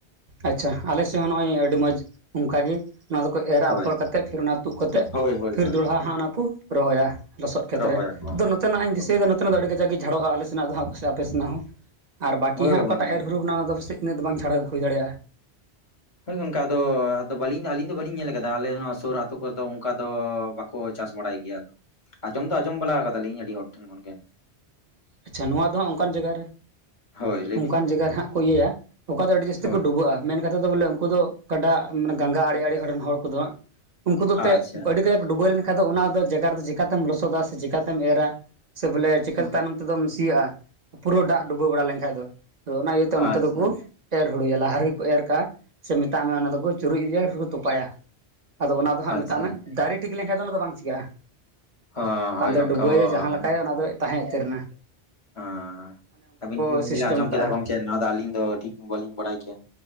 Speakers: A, on the right (about 45°); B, on the left (about 30°).
A: ᱟᱪᱪᱷᱟ ᱟᱞᱮ ᱥᱮᱫ ᱦᱚᱸ ᱱᱚᱜᱼᱚᱭ ᱟᱹᱰᱤ ᱢᱚᱸᱪ ᱚᱱᱠᱟᱜ ᱜᱮ ᱚᱱᱟ ᱫᱚᱠᱚ ᱮᱨᱟ
B: ᱦᱳᱭ
A: ᱟᱯᱷᱚᱨ ᱠᱟᱛᱮᱫ ᱯᱷᱤᱨ ᱚᱱᱟ ᱛᱩᱫ ᱠᱟᱛᱮᱫ
B: ᱦᱳᱭ ᱦᱳᱭ
A: ᱯᱷᱤᱨ
B: ᱦᱳᱭ
A: ᱫᱚᱲᱦᱟ ᱦᱟᱸᱜ ᱚᱱᱟᱠᱚ ᱨᱚᱦᱚᱭᱟ᱾ ᱞᱚᱥᱚᱫ ᱠᱷᱮᱛ
B: ᱨᱚᱦᱚᱭᱟᱠᱚ
A: ᱨᱮ
B: ᱜᱚᱝᱠᱮ
A: ᱟᱫᱚ ᱱᱚᱛᱮᱱᱟᱜ ᱤᱧ ᱫᱤᱥᱟᱹᱭᱮᱫᱟ
B: ᱦᱳᱭ
A: ᱱᱚᱛᱮᱱᱟᱜ ᱫᱚ ᱟᱹᱰᱤ ᱠᱟᱡᱟᱠ ᱜᱮ ᱡᱷᱟᱲᱚᱜᱼᱟ ᱟᱞᱮ ᱥᱮᱱᱟᱜ ᱫᱚ ᱦᱟᱸᱜ ᱥᱮ ᱟᱯᱮ ᱥᱮᱱᱟᱜ ᱦᱚᱸ ᱟᱨ ᱵᱟᱹᱠᱤ
B: ᱦᱳᱭ
A: ᱦᱟᱸᱜ ᱚᱠᱟᱴᱟᱜ
B: ᱜᱚᱝᱠᱮ
A: ᱮᱨ ᱦᱩᱲᱩ ᱠᱟᱱᱟ ᱚᱱᱟᱫᱚ ᱯᱟᱥᱮᱡ ᱤᱱᱟᱹᱜ ᱫᱚ ᱵᱟᱝ ᱪᱷᱟᱲᱟ ᱦᱩᱭ ᱫᱟᱲᱮᱭᱟᱜᱼᱟ᱾
B: ᱦᱳᱭ ᱜᱚᱝᱠᱮ ᱟᱫᱚ ᱟᱫᱚ ᱵᱟᱹᱞᱤᱧ ᱟᱹᱞᱤᱧ ᱫᱚ ᱵᱟᱹᱞᱤᱧ ᱧᱮᱞ ᱟᱠᱟᱫᱟ ᱟᱞᱮ ᱱᱚᱣᱟ ᱥᱩᱨ ᱟᱹᱛᱩ ᱠᱚᱨᱮ ᱫᱚ ᱚᱱᱠᱟ ᱫᱚ ᱵᱟ ᱠᱚ ᱪᱟᱥ ᱵᱟᱲᱟᱭ ᱜᱮᱭᱟ ᱟᱫᱚ ᱟᱸᱡᱚᱢ ᱫᱚ ᱟᱸᱡᱚᱢ ᱵᱟᱲᱟ ᱠᱟᱫᱟ ᱞᱤᱧ ᱟᱹᱰᱤ ᱦᱚᱲ ᱴᱷᱮᱱ ᱠᱷᱚᱱᱜᱮ
A: ᱟᱪᱪᱷᱟ ᱱᱚᱣᱟ ᱫᱚ ᱦᱟᱸᱜ ᱚᱱᱠᱟᱱ ᱡᱟᱭᱜᱟ ᱨᱮ
B: ᱦᱳᱭ ᱞᱟᱹᱭ
A: ᱚᱱᱠᱟᱱ
B: ᱵᱤᱱ
A: ᱡᱟᱭᱜᱟ ᱨᱮ ᱦᱟᱸᱜ ᱠᱚ ᱤᱭᱟᱹᱭᱟ ᱚᱠᱟ ᱫᱚ ᱟᱹᱰᱤ ᱡᱟᱹᱥᱛᱤ
B: ᱦᱳᱭ
A: ᱠᱚ ᱰᱩᱵᱟᱹᱜᱼᱟ᱾ ᱢᱮᱱ ᱠᱟᱛᱮᱫ ᱫᱚ ᱵᱚᱞᱮ ᱩᱱᱠᱩ ᱫᱚ ᱚᱠᱟᱴᱟᱜ ᱢᱟᱱᱮ ᱜᱟᱸᱝᱜᱟ ᱟᱲᱮ ᱟᱲᱮ ᱦᱚᱲ ᱨᱮᱱ ᱦᱚᱲ ᱠᱚᱫᱚ ᱦᱟᱸᱜ ᱩᱱᱠᱩ ᱫᱚ ᱮᱱᱛᱮᱜ
B: ᱟᱪᱪᱷᱟ
A: ᱟᱹᱰᱤ ᱜᱮ ᱰᱩᱵᱟᱹᱣ ᱮᱱᱮ ᱟᱫᱚ ᱚᱱᱟ ᱫᱚ ᱡᱟᱜᱟ ᱨᱮᱫᱚ ᱪᱮᱠᱟᱛᱮᱢ ᱞᱚᱥᱚᱫᱟ ᱥᱮ ᱪᱮᱠᱟᱛᱮᱢ ᱮᱨᱟ ᱥᱮ ᱵᱚᱞᱮ ᱪᱮᱠᱟᱛᱮ
B: ᱦᱩᱸ᱾
A: ᱛᱟᱭᱱᱚᱢ ᱛᱮᱫᱚᱢ ᱥᱤᱭᱟᱹᱜᱼᱟ᱾ ᱯᱩᱨᱟᱹ ᱫᱟᱜ ᱰᱩᱵᱟᱹᱣ ᱵᱟᱲᱟ ᱞᱮᱱᱠᱷᱟᱡ ᱫᱚ ᱛᱚ ᱚᱱᱟ ᱤᱭᱟᱹᱛᱮ ᱚᱱᱛᱮ
B: ᱟᱪᱪᱷᱟ
A: ᱫᱚᱠᱩ ᱮᱨ ᱦᱩᱲᱩᱭᱟ ᱞᱟᱦᱟ ᱨᱮᱜᱮ ᱠᱚ ᱮᱨ ᱠᱟᱜᱼᱟ᱾ ᱥᱮ ᱢᱮᱛᱟᱜ ᱢᱮ ᱚᱱᱟ ᱫᱚᱠᱚ ᱪᱩᱨᱩᱡ ᱤᱫᱤᱭᱟ ᱟᱨ ᱥᱮᱠᱚ ᱛᱚᱯᱟᱭᱟ᱾ ᱟᱫᱚ ᱚᱱᱟ ᱫᱚ ᱦᱟᱸᱜ
B: ᱟᱪᱪᱷᱟ
A: ᱢᱮᱛᱟᱜ ᱢᱮ ᱫᱟᱨᱮ ᱴᱷᱤᱠ ᱞᱮᱱᱠᱷᱟᱱ ᱫᱚ ᱚᱱᱟ ᱫᱚ ᱵᱟᱝ ᱪᱤᱠᱟᱜᱼᱟ᱾
B: ᱚ ᱦᱳᱭ
A: ᱦᱟᱱᱛᱮ
B: ᱜᱚᱝᱠᱮ
A: ᱰᱩᱵᱟᱹᱭᱮ
B: ᱚ
A: ᱡᱟᱦᱟᱸ ᱞᱮᱠᱟᱭᱮ ᱚᱱᱟ ᱫᱚᱭ ᱛᱟᱦᱮᱸ ᱩᱛᱟᱹᱨ ᱮᱱᱟ᱾
B: ᱟᱸᱻ ᱟᱹᱵᱤᱱ ᱴᱷᱮᱱ ᱠᱷᱚᱱ
A: ᱥᱤᱥᱴᱮᱢ
B: ᱜᱮᱞᱤᱧ ᱟᱸᱡᱚᱢ
A: ᱟᱠᱟᱜᱼᱟ
B: ᱠᱮᱫᱟ ᱜᱚᱝᱠᱮ ᱱᱚᱣᱟ ᱫᱚ ᱟᱹᱞᱤᱧ ᱫᱚ ᱴᱷᱤᱠ ᱦᱚᱸ ᱵᱟᱹᱞᱤᱧ ᱵᱟᱲᱟᱭ ᱠᱮᱭᱟ